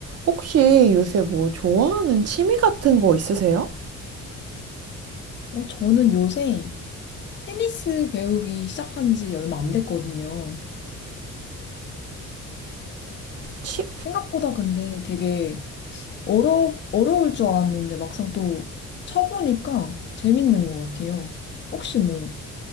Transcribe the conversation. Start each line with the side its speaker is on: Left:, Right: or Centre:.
Right: 혹시 요새 뭐 좋아하는 취미 같은 거 있으세요?
Left: 어, 저는 요새 테니스 배우기 시작한 지 얼마 안 됐거든요.
Right: 취,
Left: 생각보다 근데 되게 어려, 어려울 줄 알았는데 막상 또 쳐보니까 재밌는 것 같아요. 혹시 뭐